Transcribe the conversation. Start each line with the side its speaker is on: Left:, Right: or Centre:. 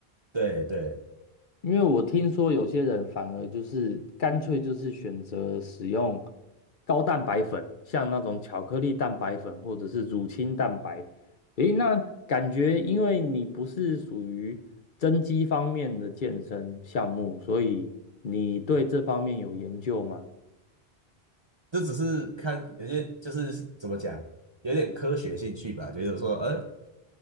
Right: 对对，
Left: 因为我听说有些人反而就是干脆就是选择使用高蛋白粉，像那种巧克力蛋白粉或者是乳清蛋白。诶，那感觉因为你不是属于增肌方面的健身项目，所以你对这方面有研究吗？
Right: 这只是看有些就是怎么讲，有点科学兴趣吧，觉得说，呃，